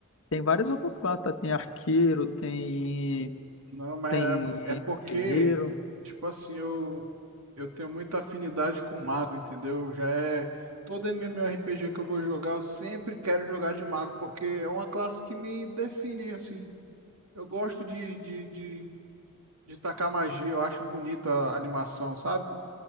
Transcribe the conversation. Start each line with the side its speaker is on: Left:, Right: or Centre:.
Left: tem várias outras classes, tá? Tem arqueiro, tem,
Right: Não, mas
Left: tem
Right: é, é porque,
Left: guerreiro,
Right: tipo assim, eu, eu tenho muita afinidade com mago, entendeu? Já é. Todo MMORPG que eu vou jogar, eu sempre quero jogar de mago, porque é uma classe que me define, assim. Eu gosto de, de, de, de tacar magia, eu acho bonita a animação, sabe?